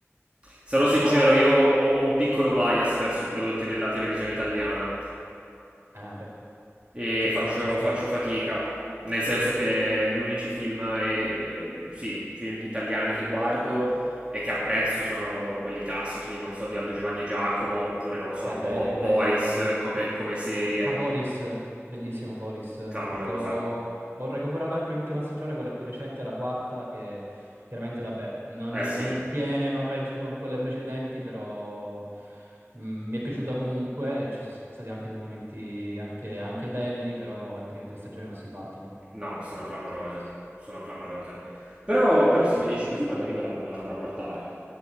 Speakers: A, on the right; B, on the right.
A: Sarò sincero,
B: però
A: io ho, ho un piccolo bias verso i prodotti della televisione italiana
B: eh beh,
A: e
B: ci
A: faccio,
B: sta, ci sta.
A: faccio fatica, nel senso che gli unici film, e, eh, sì, film italiani che guardo e che apprezzo sono quelli classici, non so, di Aldo Giovanni e Giacomo, oppure non lo so,
B: Eh,
A: Bo-
B: belli
A: Boris
B: quelli, mamma mia.
A: come, come serie
B: Ah, Boris, bellissimo Boris.
A: clamorosa.
B: Io ho, ho recuperato anche l'ultima stagione, quella più recente, la quarta, che chiaramente, vabbè, non,
A: Eh
B: non
A: sì,
B: tiene, non regge con quelle precedenti, però mh, mi è piaciuta comunque. Ci sono stati anche dei momenti anche, anche belli, però le prime tre stagioni non si battono
A: no, sono
B: di
A: clamorose,
B: di Boris.
A: sono clamorose. Però, però se mi dici così magari me la me la andrò a guardare.